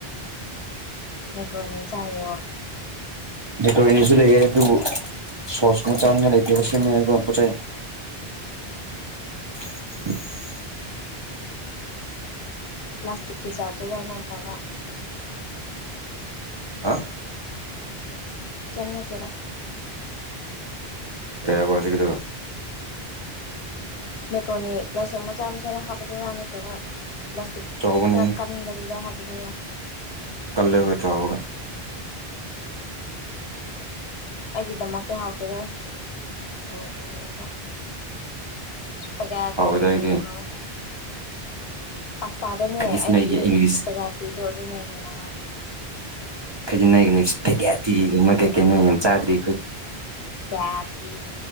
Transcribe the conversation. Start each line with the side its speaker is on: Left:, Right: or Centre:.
Left: ꯃꯦꯀ꯭ꯔꯣꯅꯤ ꯆꯌꯣ
Right: ꯅ ꯇꯅꯤꯁꯨ ꯂꯩ ꯑꯗꯨꯕꯨ ꯁꯣꯁꯀ ꯆꯥꯅꯤꯉ ꯂꯩꯦꯕꯁ ꯄ ꯆꯩ <unintelligible>
Left: ꯄ꯭ꯂꯥꯁꯇꯤꯛꯀꯤ ꯖꯥꯔꯠꯇꯨꯗ ꯅꯠꯇ꯭ꯔꯒ
Right: ꯍꯥ
Left: ꯀꯦꯝ ꯅꯇꯦꯗ
Right: ꯀꯔꯤ ꯍꯥꯌꯕꯥ ꯍꯦꯖꯤꯛꯀꯤ ꯗꯣ
Left: ꯃꯦꯀꯣꯅꯤ ꯄ꯭ꯂꯥꯁꯇꯛ ꯃꯆꯥ ꯃꯆꯥꯗ ꯍꯥꯞꯀꯗꯣꯏꯔꯥ ꯅꯠꯇ꯭ꯔꯒ ꯄ꯭ꯂꯥꯁꯇꯤꯛ
Right: ꯆꯥꯎꯕꯅꯤ
Left: ꯈꯔ ꯀꯟꯕꯗꯨꯗ ꯍꯥꯞꯕꯅꯦꯕ
Right: ꯀꯂꯦ ꯍꯣꯏ ꯆꯎꯒ
Left: ꯑꯩꯒꯤꯗꯃꯛꯇꯤ ꯍꯥꯎꯇꯦꯗ ꯃꯥꯏꯀ꯭ꯔꯣꯅꯤꯃꯛ ꯄꯒꯥꯏꯗꯤꯅꯅ
Right: ꯍꯥꯎꯋꯦꯗ ꯑꯩꯗꯤ
Left: ꯍꯦꯟꯅꯥ ꯍꯧꯎꯏ ꯄꯥꯁꯇꯥꯗꯅꯦ
Right: ꯈꯗꯤꯁꯅꯩꯒꯤ
Left: ꯑꯩꯒꯤꯗꯤ
Right: ꯏꯪꯂꯤꯁ
Left: ꯏꯁꯄꯦꯌꯥꯇꯤꯗꯣ ꯑꯗꯨꯅ ꯍꯦꯟꯅ ꯍꯦ
Right: ꯈꯖꯤꯛ ꯅꯒ ꯐꯦꯒꯤꯔꯤ ꯃꯩ ꯀꯩꯀꯩ ꯅꯣꯏ ꯌꯥꯝ ꯆꯥꯗ꯭ꯔꯤ
Left: ꯀꯌꯥꯁꯤ